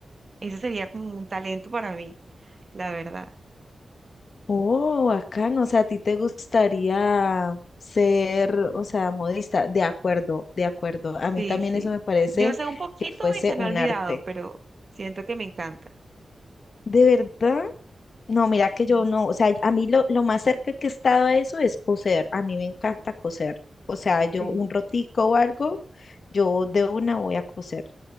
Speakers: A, on the right; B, on the left.
A: Ese sería como un talento para mí, la verdad.
B: Oh, acá no, o sea, ¿a ti te gustaría ser, o sea, modista? De acuerdo, de acuerdo. A
A: Sí,
B: mí también
A: sí.
B: eso me parece
A: Yo sé un poquito
B: que fuese
A: y se me
B: un
A: ha olvidado,
B: arte.
A: pero siento que me encanta.
B: ¿De verdad? No, mira que
A: Sí,
B: yo no, o sea, a mí lo, lo más cerca que he estado a eso es coser. A mí me encanta coser. O sea, yo
A: sí.
B: un rotico o algo, yo de una voy a coser.